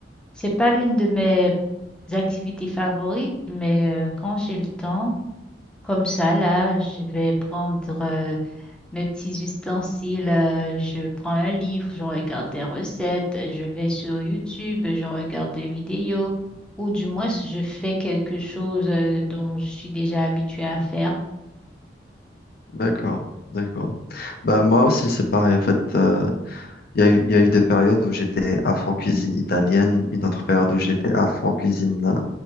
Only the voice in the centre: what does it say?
C'est pas l'une de mes activités favorites, mais euh, quand j'ai le temps, comme ça, là, je vais prendre euh, mes petits ustensiles, euh, je prends un livre, je regarde des recettes, je vais sur YouTube, je regarde des vidéos, ou du moins je fais quelque chose euh, dont je suis déjà habituée à faire.